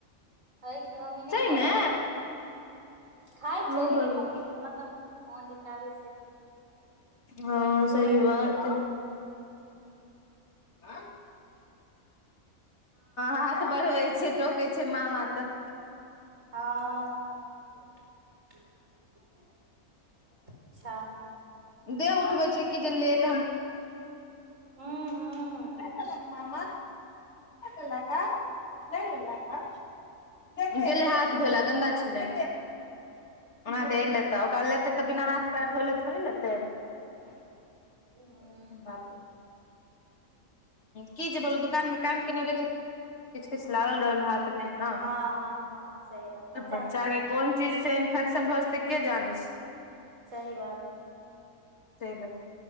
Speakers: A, on the right; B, on the left.
A: हइ क मी नहि
B: सही
A: खाइ
B: मे
A: ओल खाइ छै
B: ओ
A: लेकिन
B: भगवान
A: मम्मी मतलब ओहन जे चाहबै से नहि
B: हँ सही बात ह हाथ बढ़बै छै टोके छै मामा तऽ
A: हँ। अच्छा
B: दे उठबै छै कि जे लेट
A: हँ हँ
B: ल म
A: ह
B: ा नहि ल का गेल हाथ धोला गन्दा छलै ओ तऽ लेतै ओकरा लेै तऽ बिना हाथ पैर धोले थोड़े लेतै
A: ओ
B: बात की जे बोलू दुकान मे काम केने बे किछु किछु लागल रहल हाथ मे ह
A: हँ हँ हँ सही बात
B: बच्चा
A: है न छोट
B: के
A: बच्चा
B: कोन
A: है।
B: चीज से इन्फेक्शन भऽ जेतै के जानै छै।
A: सही बात
B: सेलै